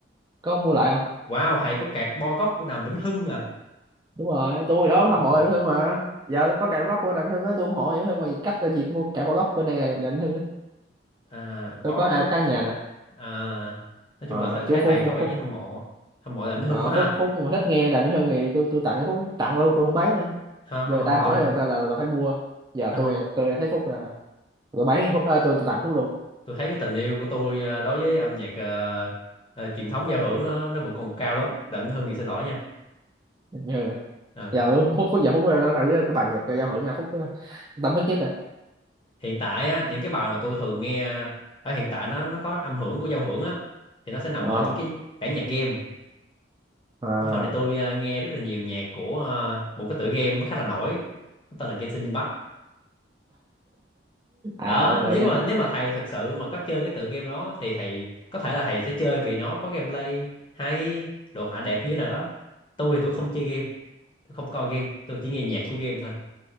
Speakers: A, on the right; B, on the left.
A: có mua lại không
B: Wow thầy có cạc bo góc của Đàm Vĩnh Hưng à
A: đúng rồi tôi đó hâm
B: Wow.
A: mộ đàm vĩnh hưng mà giờ có cạm góc của đàm vĩnh hưng á tôi ủng hộ đàm vĩnh hưng bằng cách là việc mua cạm góc của đàm đàm vĩnh hưng á
B: à,
A: tôi
B: có
A: có hai
B: lu-
A: căn nhà nè
B: à, nói chung
A: à,
B: là thấy,
A: chú
B: thấy
A: phúc
B: thầy
A: phúc
B: có vẻ
A: phúc
B: như hâm mộ hâm mộ làm Mỹ
A: ờ,
B: hương quá
A: phúc
B: ha
A: phúc mà thích nghe đàm vĩnh hưng thì tôi tôi tặng cho phúc tặng luôn tôi không bán nữa
B: không,
A: giờ
B: không,
A: người
B: không,
A: ta hỏi
B: tôi
A: là người ta là, là phải mua giờ
B: không
A: tôi
B: không.
A: tôi thấy phúc là tôi bán phúc à, tôi tôi tặng phúc luôn
B: tôi thấy cái tình yêu của tôi ờ, đối với âm nhạc ờ, ờ, truyền thống giao hưởng nó nó vẫn còn cao lắm Đặng Hưng thì xin lỗi nha
A: đàm vĩnh hưng này.
B: Ờ,
A: giờ tôi- phúc phúc giờ phúc nó thử cái bài nhạc giao hưởng nào phúc ờ, tâm huyết nhất rồi
B: hiện tại á những cái bài mà tôi thường nghe ở hiện tại nó nó có âm hưởng của giao hưởng á thì nó sẽ nằm
A: ờ
B: ở những cái bản nhạc game
A: à,
B: dạo này tôi ờ, nghe rất là nhiều nhạc của ờ, một cái tựa game nó khá là nổi nó tên là Genshin Impact đó
A: à ok
B: nếu
A: nha
B: mà nếu mà thầy thật sự mà có chơi cái tựa game đó thì thầy có thể là thầy sẽ chơi vì nó có gameplay hay đồ họa đẹp như thế nào đó tôi thì tôi không chơi game tôi không coi game tôi chỉ nghe nhạc của game thôi